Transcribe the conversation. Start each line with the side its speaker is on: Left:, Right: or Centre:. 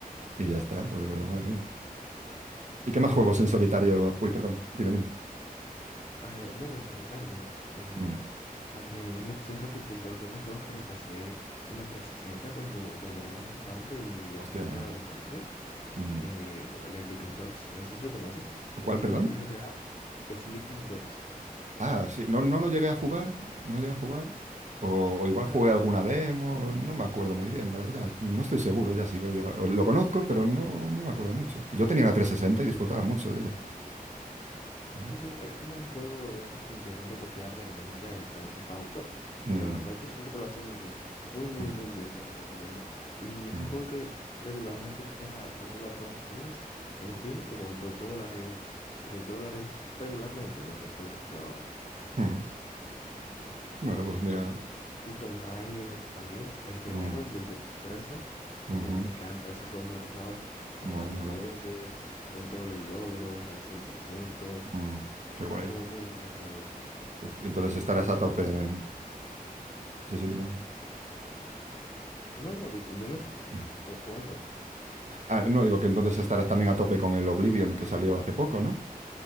Right: Y ya está, pero, madre mía. ¿Y qué más
Left: No,
Right: juegos
Left: no,
Right: en solitario?
Left: no, sí.
Right: Uy, perdón, dime, dime.
Left: Eh, bueno, en solitario, eh,
Right: Mm,
Left: también me estoy repitiendo algunos juegos que me pasé en la 360 cuando, cuando era más infante y así
Right: hostia.
Left: preadolescente,
Right: mm,
Left: que como el Sleeping Dogs, no sé si lo conoces,
Right: ¿Cuál,
Left: es
Right: perdón?
Left: como un GTA Sleeping Dogs.
Right: Ah, sí, no, no lo llegué a jugar, no lo llegué a jugar. O,
Left: La,
Right: o igual
Left: la
Right: jugué
Left: verdad,
Right: alguna demo, no me acuerdo muy bien, la verdad. No estoy seguro ya si lo he llegado- o Lo conozco, pero no, no me acuerdo mucho. Y yo tenía la 360 y disfrutaba mucho de ella, ¿verdad?
Left: Sí, sí, es como un juego de esos que intenta copiar la dinámica del Grand Theft Auto,
Right: Mm,
Left: pero la verdad yo siento que lo hace muy bien, muy, muy,
Right: mm,
Left: muy bien, te lo recomiendo. Y es
Right: mm,
Left: un juego que regularmente está, está muy barato en Steam, en Steam como 2 dólares, 3 dólares, regularmente, no sé en cuánto esté ahora.
Right: mm.
Left: Y, y
Right: Bueno,
Left: pues
Right: pues
Left: sí,
Right: mira.
Left: o- el Tomb Raider también, el primero,
Right: mm,
Left: el del 2013
Right: ujú,
Left: me, me encanta ese juego, me lo he pasado como
Right: mola,
Left: cinco
Right: mola.
Left: veces, con todos los logros al cien por ciento
Right: Mm,
Left: es
Right: qué guay.
Left: un juego muy entretenido.
Right: Uf, entonces
Left: Y
Right: estarás
Left: así
Right: a tope.
Left: como...
Right: Sí, sí, dime.
Left: No, no, di- dime,
Right: Mm.
Left: co- coméntame.
Right: Ah, no, digo que entonces estarás también a tope con el Oblivion que salió hace poco, ¿no?